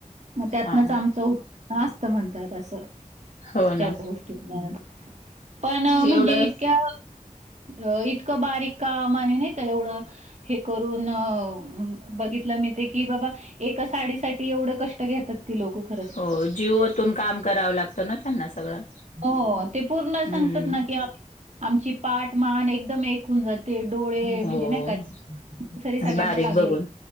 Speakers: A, on the right; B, on the left.
A: मग त्यातनच
B: हा
A: आमचं, उत्प <unintelligible> असता म्हणतात, असं.
B: हो ना
A: त्या गोष्टीना, पण
B: एवढं
A: म्हणजे, इतक्या अ इतकं बारीक काम अणि नाही का, एवढं हे करून, बघितलं मी. तें की बाबा, एका साडी साठी, एवढं कष्ट घेतात. ती लोकं खरंच.
B: हो जीव ओतून काम करावं, लागतं ना, त्यांना सगळं.
A: हो, ते पूर्ण
B: हम्म
A: सांगतात ना, की आमची पाट-मान एकदम एक होऊन जात ते डोळे,
B: हो
A: म्हणजे नही का, सरी सगळ्यांना
B: बारीक
A: लागले
B: बघून